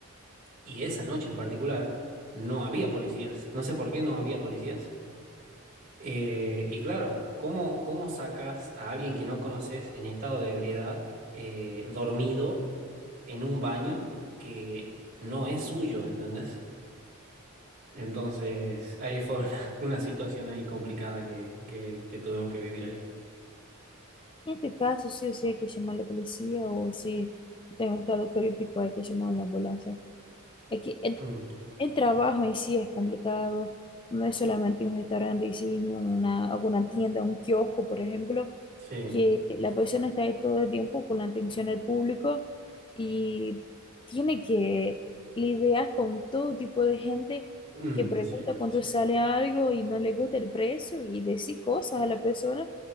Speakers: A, on the right; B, on the left.
A: Y esa noche en particular no había policías. No sé por qué no había policías. Eh, y claro, ¿cómo, cómo sacas a alguien que no conoces en estado de ebriedad, eh, dormido? en un baño que no es suyo, ¿entendés? Entonces, ahí fue una, <laughs> una situación ahí complicada que, que, que tuvimos que vivir ahí.
B: En este caso, sí o sí hay que llamar a la policía o si está en un estado crítico hay que llamar a la ambulancia. Aquí,
A: Mm,
B: El trabajo en sí es complicado, no es solamente un restaurante, sino una, alguna tienda, un kiosco, por ejemplo,
A: sí,
B: que la persona está ahí todo el tiempo con la atención del público y tiene que lidiar con todo tipo de gente
A: Mm,
B: que pregunta
A: sí.
B: cuánto sale algo y no le gusta el precio y decir cosas a la persona